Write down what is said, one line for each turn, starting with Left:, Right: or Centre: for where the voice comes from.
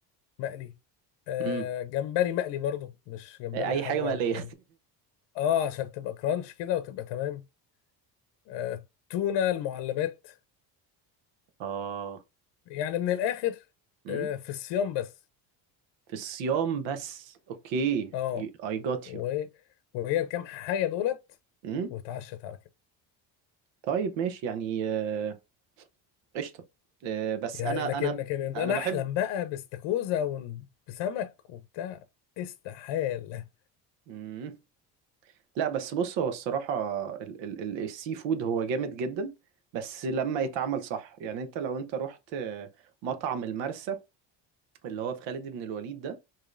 Left: مقلي آه
Right: امم
Left: جمبري مقلي برضو مش جمبري
Right: اي
Left: حله
Right: حاجة مقلية
Left: وكده اه عشان تبقى كرانش كده وتبقى تمام آه، تونة المعلبات
Right: <laughs> اه
Left: يعني من الآخر
Right: امم
Left: آه، في الصيام بس
Right: في الصيام بس اوكي
Left: اه
Right: I got
Left: و-
Right: you
Left: وهي الكام حاجة دولت
Right: امم
Left: واتعشت على كده
Right: طيب ماشي يعني آه، قشطة آه، بس
Left: يعني
Right: انا
Left: لكن
Right: انا
Left: لكن ان
Right: انا
Left: انا
Right: بحب
Left: احلم بقى باستاكوزا وبسمك وبتاع استحالة
Right: مم. لا بس بص هو الصراحة ال- ال- ال- السي فود هو جامد جدا بس لما يتعمل صح يعني انت لو انت رحت آه، مطعم المرسى اللي هو في خالد بن الوليد ده